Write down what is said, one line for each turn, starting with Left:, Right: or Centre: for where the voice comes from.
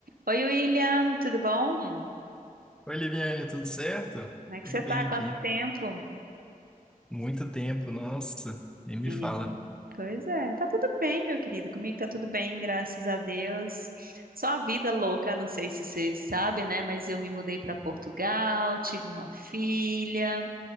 Right: Oi, William, tudo bom?
Centre: Oi, Liviane, tudo certo?
Right: Como é que
Centre: Tudo
Right: você tá?
Centre: bem
Right: Quanto
Centre: aqui.
Right: tempo?
Centre: Muito tempo, nossa, nem me
Right: Menina.
Centre: fala.
Right: Pois é, tá tudo bem, meu querido. Comigo tá tudo bem, graças a Deus. Só a vida louca, não sei se você sabe, né? Mas eu me mudei para Portugal, tive uma filha,